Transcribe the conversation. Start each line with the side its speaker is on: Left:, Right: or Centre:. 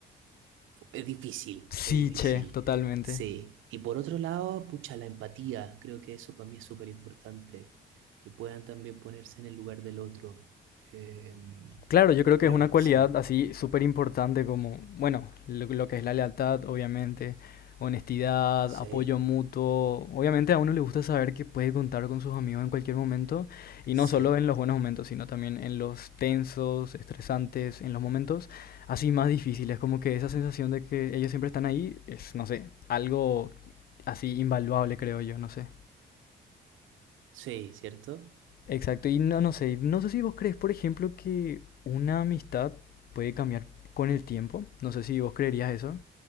Right: Es difícil,
Left: Sí,
Right: es difícil.
Left: che, totalmente.
Right: Sí. Y por otro lado, pucha, la empatía. Creo que eso para mí es súper importante. Que puedan también ponerse en el lugar del otro. Em,
Left: Claro, yo creo
Right: creo,
Left: que es una cualidad
Right: sí.
Left: así súper importante como, bueno, lo, lo que es la lealtad, obviamente, honestidad,
Right: Sí.
Left: apoyo mutuo. Obviamente a uno le gusta saber que puede contar con sus amigos en cualquier momento y
Right: Sí.
Left: no solo en los buenos momentos, sino también en los tensos, estresantes, en los momentos así más difíciles, como que esa sensación de que ellos siempre están ahí es, no sé, algo así invaluable, creo yo, no sé.
Right: Sí, ¿cierto?
Left: Exacto, y no, no sé, no sé si vos crees, por ejemplo, que una amistad puede cambiar con el tiempo. No sé si vos creerías eso.